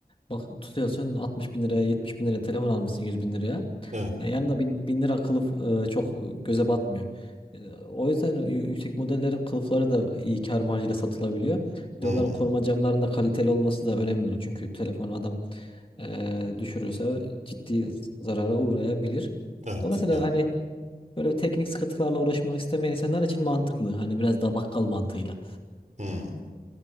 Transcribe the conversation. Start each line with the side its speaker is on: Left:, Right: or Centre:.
Left: bak tutuyorsun 60 bin liraya 70 bin liraya telefon almışsın 100 bin liraya.
Right: Evet.
Left: E, yanında bin, bin lira kılıf e, çok göze batmıyor. E, o yüzden yü- yüksek modellerin kılıfları da iyi kar marjıyla satılabiliyor. Bir
Right: Hmm.
Left: de onların koruma camlarının da kaliteli olması da önemli. Çünkü telefonu adam e, düşürürse ciddi zarara uğrayabilir.
Right: Evet.
Left: Dolayısıyla
Right: Evet.
Left: hani böyle bir teknik sıkıntılarla uğraşmak istemeyen insanlar için mantıklı. Hani biraz daha bakkal mantığıyla.
Right: Hmm.